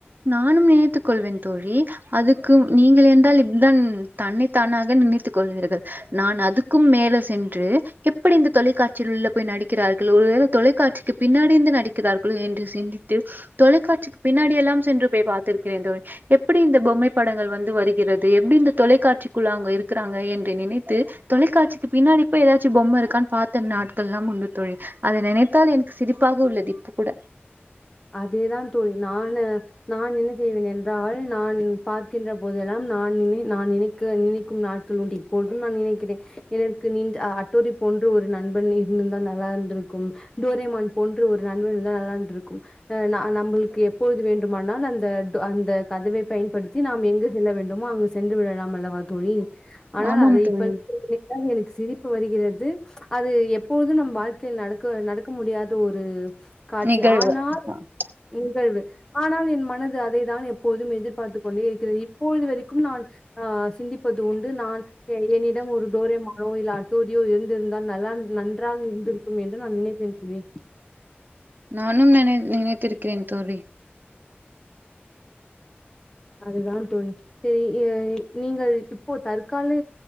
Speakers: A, on the right; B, on the left.
A: நானும் நினைத்துக் கொள்வேன் தோழி. அதுக்கு நீங்கள் என்றால் இதுதான் தன்னை தானாக நினைத்துக் கொள்வீர்கள். நான் அதுக்கும் மேல சென்று எப்படி இந்த தொலைக்காட்சியில் உள்ள போய் நடிக்கிறார் களோ ஒருவேளை தொலைக்காட்சிக்கு பின்னாடி இருந்து நடிக்கிறார்களோ என்று சிந்தித்து தொலைக்காட்சிக்கு பின்னாடி எல்லாம் சென்று போய் பார்த்திருக்கிறேன் தோழி எப்டி இந்த பொம்மைப்படங்கள் வந்து வருகிறது எப்டி இந்த தொலைக்காட்சிக்குள்ள அங்க இருக் க்குறாங்க என்று நினைத்து தொலைக்காட்சிக்கு பின்னாடி போய் ஏதாச்சும் பொம்மை இருக்கான்னு பாத்த நாட்கள்லாம் உண்டு தோழி அதை நினைத்தால் எனக்கு சிரிப்பாக உள்ளது இப் கூட
B: அதேதா தோழி நானு நா என்ன செய்வேன் என்றால் நான் பார்க்கின்ற போதெல்லாம் நான் நினை நான் நினைக்க நினைக்கும் நாட்கள் உண்டு இப்பொழுதும் நான் நினைக்கிறேன் எனக்கு நீங் அட்டோரி போன்று ஒரு நண்பன் இருந்திருந்தா நல்லா இருந்திருக்கும் டோரேமான் போன்று ஒரு நண்பன் இருந்தா நல்லா இருந்திருக்கும் அ நா நம்மளுக்கு எப்போது வேண்டுமானால் அந்த அந்த கதவை பயன்படுத்தி நாம் எங்கு செல் வேண்டுமோ அங்கு சென்று விடலாம் அல்லவா தோழி ஆனால்
A: ஆமாம்
B: அதை
A: தோழி
B: இப்ப நினைத்தால் எனக்கு சிரிப்பு வருகிறது அது எப்பொழுதும் நம் வாழ்க்கையில் நடக்க நடக்க முடியாத ஒரு காட்சி
A: யாக
B: ஆனால் நிகழ்வு ஆனால் என் மனது அதைதான் எப்போதும் எதிர்பார்த்துக் கொண்டே இருக்கிறது இப்பொழுது வரைக்கும் நான் அ சிந்திப்பது உண்டு நான் என்னிடம் ஒரு டோரேமானோ இல்ல அட்டோரியோ இருந்திருந்தால் நல்லா இருந்திருக் நன்றாக இருந்திருக்கும் என்று நான் நினைப்பேன் தோழி
A: நானும் நினை நினைத்திருக்கிறேன் தோழி
B: அதுதான் தோழி செரி நீங்கள் இப்போ தற்காலெ